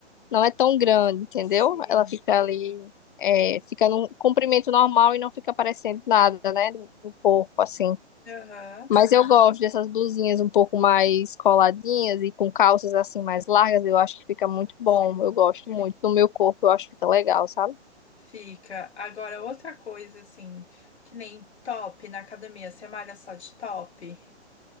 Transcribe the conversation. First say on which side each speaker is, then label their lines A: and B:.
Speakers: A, on the left (about 45°); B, on the left (about 70°).
A: não é tão grande, entendeu?
B: Sim.
A: Ela fica ali é, fica num comprimento normal e não fica parecendo nada, né? Do, do corpo assim.
B: Aham.
A: Mas eu gosto dessas blusinhas um pouco mais coladinhas e com calças assim mais largas, eu acho que fica muito bom.
B: Sim.
A: Eu gosto muito do meu corpo, eu acho que fica legal, sabe?
B: Fica. Agora, outra coisa, assim, que nem top na academia. Você malha só de top?